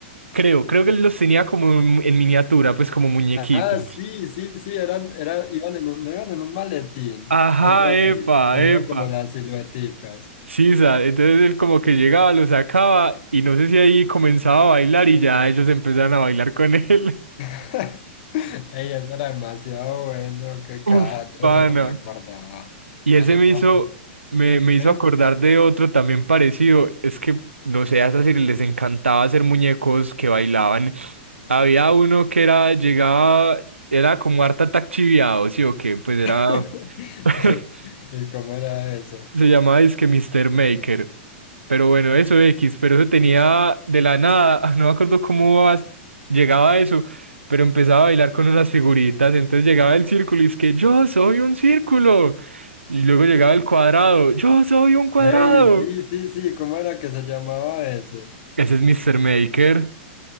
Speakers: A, on the right (about 85°); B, on the left (about 50°).
A: Creo, creo que él los tenía como en en miniatura, pues como muñequitos.
B: Ah, sí, sí, sí, eran, era, iban en un, no iban en un maletín,
A: Ajá,
B: o algo así,
A: epa,
B: tenía
A: epa.
B: como las silueticas.
A: Sí, sa- entonces él como que llegaba, lo sacaba y no sé si ahí comenzaba a bailar y ya ellos empezaron a bailar con él.
B: <laughs> Ey, eso era demasiado bueno, qué
A: <laughs>
B: caja,
A: Uf,
B: yo de
A: pana.
B: eso no me acordaba.
A: Y
B: Me
A: ese
B: los
A: me
B: voy
A: hizo,
B: a...
A: me, me
B: ¿Qué?
A: hizo acordar de otro también parecido. Es que, no sé, a esas series les encantaba hacer muñecos que bailaban. Había uno que era, llegaba, era como harta Attack chiviado, ¿sí o qué? Pues era.
B: <laughs>
A: <laughs>
B: ¿Y cómo era eso?
A: Se llamaba que Mr. Maker. Pero bueno, eso X, pero eso tenía de la nada, <laughs> no me acuerdo cómo as- llegaba a eso, pero empezaba a bailar con unas figuritas, entonces llegaba el círculo y es que yo soy un círculo. Y luego llegaba el cuadrado, yo soy un cuadrado.
B: Ey, sí, sí, sí, ¿cómo era que se llamaba ese?
A: Ese es Mr. Maker.